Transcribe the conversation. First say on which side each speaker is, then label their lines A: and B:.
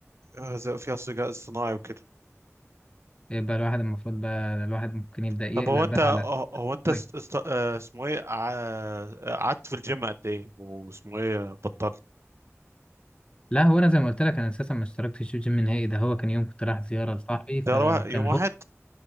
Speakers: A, on the right; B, on the left.
A: آه، زي- فيها الذكاء الصناعي وكده
B: يبقى الواحد المفروض بقى الواحد ممكن يبدأ يقلق
A: طب هو انت
B: بقى على
A: هو انت
B: طيب.
A: است... است... آه، اسمه ايه ع- قعدت في الجيم قد ايه واسمه ايه بطلت
B: لا هو انا زي ما قلت لك انا اساسا ما اشتركتش في جيم نهائي ده هو كان يوم كنت رايح زيارة لصاحبي فكان
A: ترى يوم واحد
B: هو